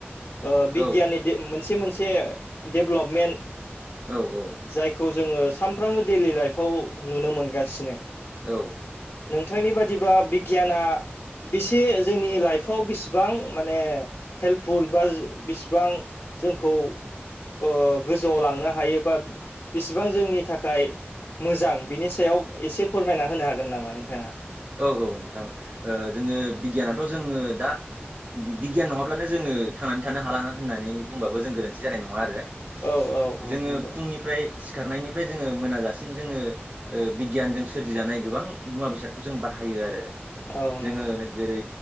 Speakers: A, on the left; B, on the right.
A: ओ बिगियाननि
B: औ
A: दे ओ मोनसे मोनसे डेभलपमेन्ट
B: औ औ
A: जायखौ जोङो सामफ्रामबो दैलि लाइफआव नुनो मोनगासिनो
B: औ
A: नोंथांनि बादिबा बिगियाना बेसे जोंनि लाइफआव बिसिबां माने हेल्पफुल बा बिसिबां जोंखौ ओ गोजौआव लांनो हायो बा बिसिबां जोंनि थाखाय मोजां बिनि सायाव एसे फोरमायना होनो हागोन नामा नोंथाङा
B: औ औ नोंथां ओ जोङो बिगियानाथ जोङो दा बिगियान नङाब्लानो जोङो थांनानै थानो हाला होननानै बुंबाबो जों गोरोन्थि जानाय नङा आरो
A: औ औ औ
B: जोङो
A: नंगौ
B: फुंनिफ्राय सिखारनायनिफ्राय जोङो मोनाजासिम जोङो ओ बिगियानजों सोरजिजानाय गोबां मुवा बेसाद खौ जों बाहायो आरो
A: औ नंगौ
B: जोङो जेरै